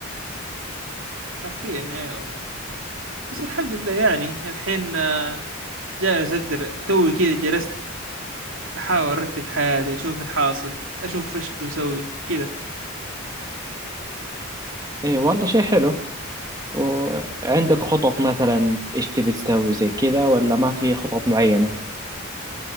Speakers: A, on the right; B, on the right.
A: حرفيا ايوه بس الحمد لله يعني الحين آه، جالس اقدر توي كذا جلست احاول ارتب حياتي اشوف الحاصل اشوف ايش بسوي كذا
B: ايه والله شيء حلو وعندك خطط مثلا ايش تبي تسوي زي كذا ولا ما في خطط معينة